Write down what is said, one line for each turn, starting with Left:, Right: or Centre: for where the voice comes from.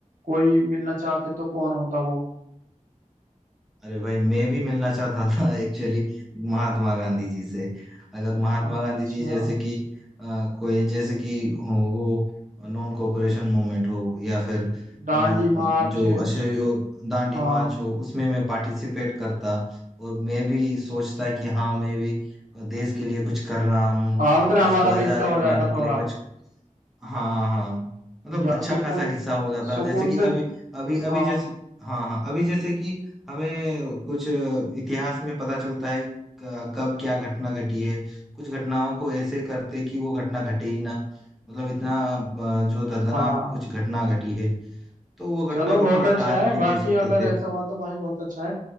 Right: कोई मिलना चाहते तो कौन होता वो
Centre: अरे भाई मैं भी मिलना चाहता था <laughs> एक्चुअली महात्मा गांधी जी से अगर महात्मा
Right: अच्छा
Centre: गांधी जी जैसे कि अ, कोई जैसे कि हो, वो नॉन कोऑपरेशन मूवमेंट हो या फिर
Right: डांडी
Centre: अ,
Right: मार्च
Centre: जो अशोक दांडी
Right: हाँ
Centre: मार्च हो उसमें मैं पार्टिसिपेट करता और मैं भी सोचता कि हाँ मैं भी देश के लिए कुछ कर रहा हूँ
Right: हाँ मतलब
Centre: देश
Right: हमारा
Centre: को आजादी
Right: भी हिस्सा हो
Centre: दिलाने
Right: जाता थोड़ा
Centre: के लिए कुछ हाँ हाँ मतलब
Right: या
Centre: अच्छा
Right: सुकून
Centre: खासा हिस्सा हो जाता
Right: सुकून
Centre: है जैसे कि
Right: से
Centre: अभी अभी
Right: हाँ
Centre: अभी जैसे हाँ हाँ अभी जैसे कि हमें कुछ इतिहास में पता चलता है क- कब क्या घटना घटी है कुछ घटनाओं को ऐसे करते कि वो घटना घटे ही ना मतलब इतना अ, जो दर्दनाक
Right: हाँ
Centre: कुछ घटना घटी है तो वो घटना
Right: चलो
Centre: को
Right: बहुत
Centre: थोड़ा
Right: अच्छा
Centre: टाल
Right: है
Centre: भी
Right: बाकी
Centre: दे सकते
Right: अगर
Centre: थे
Right: ऐसा हुआ तो भाई बहुत अच्छा है